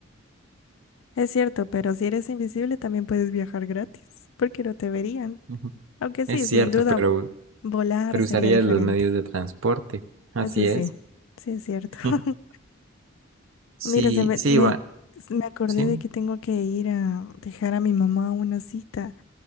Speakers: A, on the left (about 75°); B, on the right (about 75°).
A: es cierto, pero si eres invisible también puedes viajar gratis, porque no te verían.
B: Ujú.
A: Aunque sí,
B: Es cierto,
A: sin duda,
B: pero,
A: volar
B: pero
A: sería
B: usarías
A: diferente.
B: los medios de transporte. Así
A: Eso
B: es.
A: sí, sí es cierto.
B: <laughs>
A: <laughs>
B: Sí,
A: Mira, se me,
B: sí,
A: me,
B: va.
A: me acordé
B: Sí,
A: de que tengo que ir a dejar a mi mamá una cita.